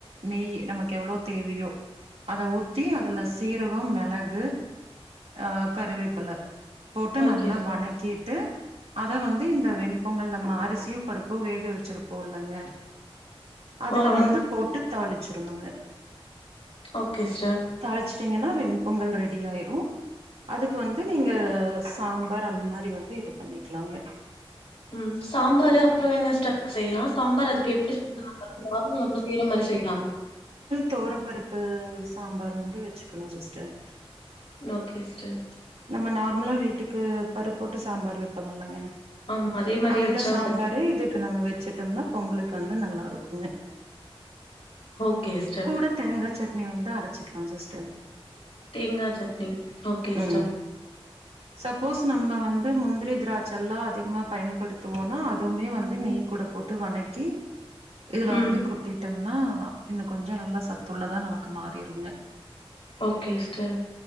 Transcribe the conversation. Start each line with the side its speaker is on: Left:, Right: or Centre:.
Right: நெய் நமக்கு எவ்ளோ தேவையோ அத ஊத்தி அதுல சீரகோ மிளகு அ கருவேப்பில போட்டு நல்லா
Left: ஓகே சிஸ்டர்
Right: வணக்கிட்டு அத வந்து இந்த வெண்பொங்கல் நம்ம அரிசியு பருப்பு வேக வச்சிருப்போலங்க அதுல
Left: ஓ ஆமா
Right: வந்து போட்டு தாளிச்சிரணுங்க
Left: ஓகே சிஸ்டர்
Right: தாளிச்ட்டீங்கனா வெண் பொங்கல் ரெடி ஆயிரு அதுக்கு வந்து நீங்க சாம்பார் அந்த மாரி வந்து இது பண்ணிக்கலாங்க
Left: ம் சாம்பாரு அப்றோ என்ன சிஸ்டர் செய்யலா சாம்பார் அதுக் எப்டி <unintelligible> அதுவு நம்ம செய்யற மாரி செய்லாமா
Right: தொவரம்பருப்பு சாம்பார் வந்து வச்சுக்கணு சிஸ்டர்
Left: ஓகே சிஸ்டர்
Right: நம்ம நார்மலா வீட்டுக்கு பருப் போட்டு சாம்பார் வைப்பமல்லங்க
Left: ஆமா அதே மாரியே
Right: அந்த
Left: வச்சா
Right: சாம்பாரே
Left: சரி
Right: இதுக்கு நம்ம வச்சுட்டம்னா பொங்கலுக்கு வந்து நல்லா இருக்குங்க
Left: ஓகே சிஸ்டர்
Right: கூட தேங்கா சட்னி வந்து அரச்சுக்கலா சிஸ்டர்
Left: தேங்கா சட்னி ஓகே சிஸ்டர்
Right: ம் சப்போஸ் நம்ம வந்து முந்திரி திராட்ச எல்லா அதிகமா பயன்படுத்துவோனா அதுமே வந்து நெய் குட போட்டு வணக்கி இதுல
Left: ம்
Right: வந்து கொட்டி டிடம்னா இன்னு கொஞ்ச நல்லா சத்துள்ளதா நமக்கு மாறிருங்க
Left: ஓகே சிஸ்டர்